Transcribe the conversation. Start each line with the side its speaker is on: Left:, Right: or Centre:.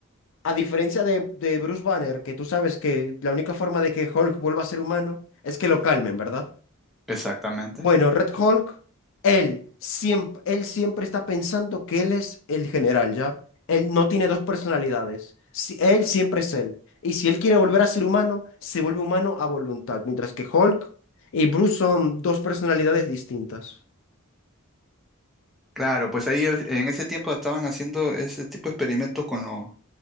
Left: a diferencia de, de Bruce Banner, que tú sabes que la única forma de que Hulk vuelva a ser humano es que lo calmen, ¿verdad?
Centre: Exactamente.
Left: Bueno, Red Hulk, él siempre, él siempre está pensando que él es el general, ¿ya? Él no tiene dos personalidades, Si- él siempre es él. Y si él quiere volver a ser humano, se vuelve humano a voluntad, mientras que Hulk y Bruce son dos personalidades distintas.
Centre: Claro, pues ahí es- en ese tiempo estaban haciendo ese tipo de experimentos con, lo-